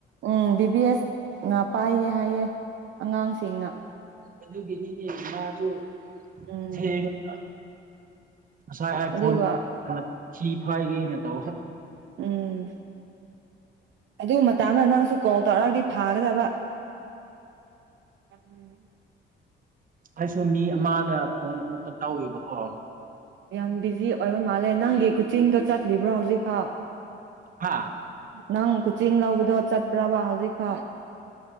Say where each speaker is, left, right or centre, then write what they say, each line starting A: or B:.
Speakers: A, on the right (about 70°); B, on the right (about 45°).
A: ꯎꯝ ꯕꯤꯕꯤ ꯑꯦꯁꯅ ꯄꯥꯏꯌꯦ ꯍꯥꯏꯌꯦ ꯑꯉꯥꯡꯁꯤꯡꯅ
B: ꯑꯗꯨꯒꯤꯅꯤꯅꯦ ꯃꯥꯁꯨ
A: ꯎꯝ
B: ꯊꯦꯡꯕ ꯉꯁꯥꯏ ꯑꯥꯏ
A: ꯑꯗꯨꯒ
B: ꯐꯣꯟ ꯊꯤ ꯐꯥꯏꯒꯦꯅ ꯇꯧꯕ
A: ꯎꯝ ꯑꯗꯨ ꯃꯇꯥꯡꯗ ꯅꯪꯁꯨ ꯀꯣꯜ ꯇꯧꯔꯛꯑꯕꯗꯤ ꯐꯥꯒꯗꯕ ꯎꯝ
B: ꯑꯩꯁꯨ ꯃꯤ ꯑꯃꯗ ꯐꯣꯟ ꯑꯃꯨꯛꯀ ꯇꯧꯋꯦꯕꯀꯣ
A: ꯌꯥꯝ ꯕꯤꯖꯤ ꯑꯣꯏꯕ ꯃꯥꯜꯂꯦ ꯅꯪꯒꯤ ꯀꯨꯆꯤꯡꯗꯣ ꯆꯠꯂꯤꯕ꯭ꯔꯣ ꯍꯧꯖꯤꯛ ꯐꯥꯎ
B: ꯍꯥꯥ
A: ꯅꯪ ꯀꯣꯆꯤꯡ ꯂꯧꯕꯗꯣ ꯆꯠꯄ꯭ꯔꯕ ꯍꯧꯖꯤꯛ ꯐꯥꯎ